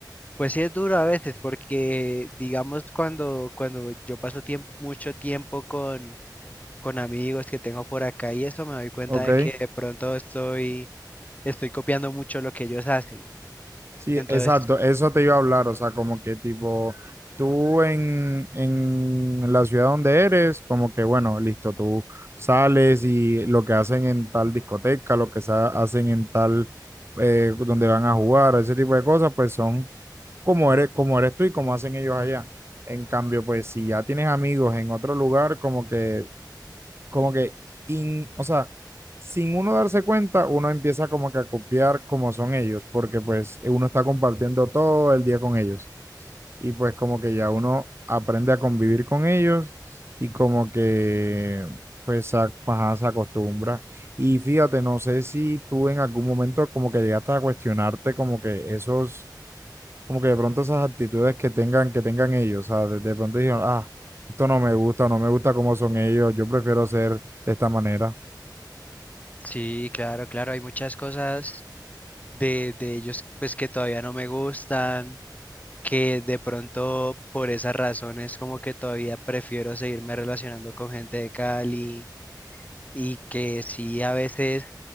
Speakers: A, on the left; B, on the right.
A: Pues sí es duro a veces porque digamos cuando cuando yo paso tiemp- mucho tiempo con con amigos que tengo por acá y eso me doy cuenta
B: ¿Ok?
A: de que de pronto estoy, estoy copiando mucho lo que ellos hacen.
B: Sí,
A: Entonces,
B: exacto, eso te iba a hablar, o sea, como que tipo, tú en, en la ciudad donde eres, como que bueno, listo, tú sales y lo que hacen en tal discoteca, lo que sa- hacen en tal, eh, donde van a jugar, ese tipo de cosas, pues son como eres, como eres tú y como hacen ellos allá. En cambio, pues si ya tienes amigos en otro lugar, como que como que, in- o sea, sin uno darse cuenta, uno empieza como que a copiar como son ellos, porque pues uno está compartiendo todo el día con ellos. Y pues como que ya uno aprende a convivir con ellos y como que pues a- ajá, se acostumbra. Y fíjate, no sé si tú en algún momento como que llegaste a cuestionarte como que esos como que de pronto esas actitudes que tengan, que tengan ellos, o sea, de, de pronto dijeron, ah, esto no me gusta, no me gusta cómo son ellos, yo prefiero ser de esta manera.
A: sí, claro, claro, hay muchas cosas de, de ellos pues que todavía no me gustan, que de pronto por esas razones como que todavía prefiero seguirme relacionando con gente de Cali y que sí a veces